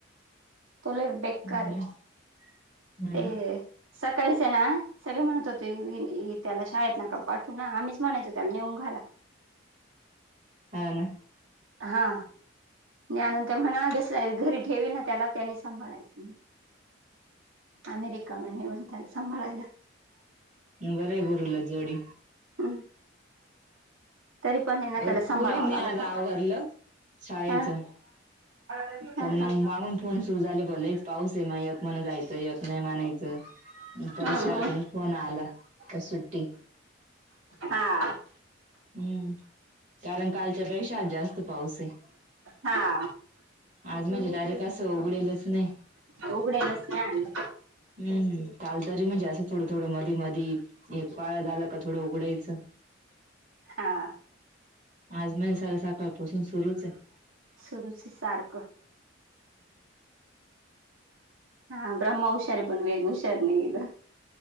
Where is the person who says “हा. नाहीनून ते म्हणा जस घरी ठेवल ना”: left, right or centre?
Right